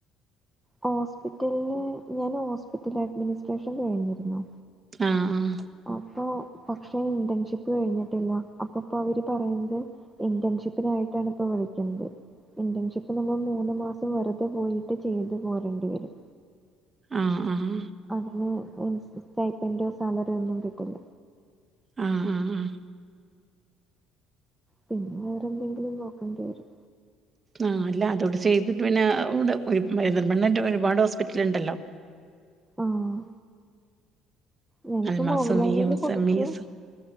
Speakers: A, in the centre; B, on the right.
A: ഹോസ്പിറ്റലില് ഞാൻ ഹോസ്പിറ്റൽ അഡ്മിനിസ്ട്രേഷൻ കഴിഞ്ഞിരുന്നു
B: ആഹ് ആഹ്
A: അപ്പൊ പക്ഷെ ഇന്റേൺഷിപ്പ് കഴിഞ്ഞിട്ടില്ല അപ്പൊപ്പ അവര് പറയുമ്പോ ഇന്റേൺഷിപ്പിനായിട്ടാണ് ഇപ്പൊ വിളിക്കുന്നത് ഇന്റേൺഷിപ്പ് നമ്മൾ മൂന്ന് മാസം വെറുതെ പോയിട്ട് ചെയ്തു പോരേണ്ടി വരും
B: ആഹ് ആഹ്
A: അതിന് <unintelligible> സ്റ്റയ്പ്പൻ്റൊ സാലറി ഒന്നും കിട്ടില്ല
B: ആഹ് ആഹ് ആഹ്
A: പിന്നെ വേറെ എന്തെങ്കിലും നോക്കേണ്ടി വരും
B: ആഹ് അല്ല അതൂടെ ചെയ്തിട്ട് പിന്നെ അവ്ടെ പോയി പെരിന്തൽമണ്ണറ്റം ഒരുപാട് ഹോ സ്പിറ്റല്ണ്ടല്ലോ
A: ആഹ് ഞാനിപ്പോ
B: അൽമാസമിയും
A: മൗലാനീല് കൊടുത്തു
B: സമീസും